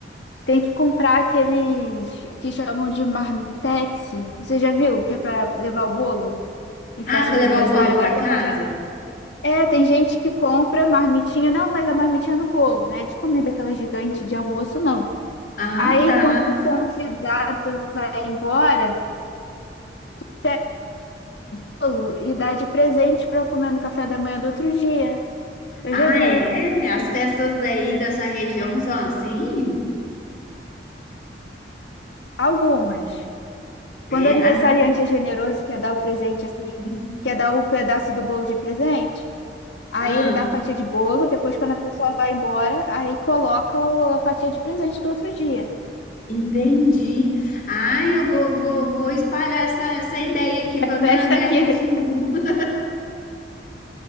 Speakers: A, on the left; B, on the left.
A: tem que comprar aqueles que chamam de marmitex. Você já viu? Que é pra levar o bolo em festa
B: Ah, para
A: de
B: levar
A: aniversário?
B: o bolo
A: Agora
B: para
A: eu
B: casa?
A: tô fazendo. É, tem gente que compra marmitinha. Não, mas a marmitinha do bolo, né? De comida aquela gigante de almoço, não.
B: Ah,
A: Aí,
B: tá.
A: quando o convidado vai embora, pega o bolo e dá de presente pra comer no café da manhã do outro dia. Eu
B: Ah,
A: já vi
B: é? As festas daí dessa região são assim?
A: algumas. Quando
B: É,
A: o aniversariante
B: a-
A: é generoso, quer dar o presente assim,
B: <laughs>
A: quer dar o pedaço do bolo de presente, aí
B: ah,
A: ele dá a fatia de bolo, depois quando a pessoa vai embora, aí coloca o- a fatia de presente do outro dia.
B: entendi. Ai, eu vou, vou, vou espalhar essa, essa ideia aqui para minha,
A: Festa
B: minha
A: aqui.
B: região.
A: <laughs>
B: <laughs>